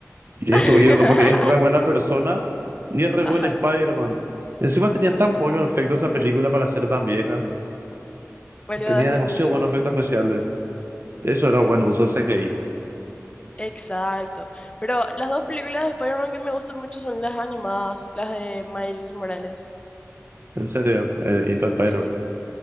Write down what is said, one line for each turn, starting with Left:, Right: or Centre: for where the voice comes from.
Right: Y
Left: <laughs>
Right: es tu ídolo porque es re buena persona y es re
Left: Ajá,
Right: buen Spider-Man. Encima tenía tan buenos efectos esa película para ser tan vieja.
Left: boludo,
Right: Tenía
Left: es buenísimo.
Right: demasiado buenos efectos especiales. Eso era bueno, uso CGI.
Left: Exacto. Pero las dos películas de Spider-Man que me gustan mucho son las animadas, las de Miles Morales.
Right: En serio, eh, y todo Spider-Verse.
Left: Sí,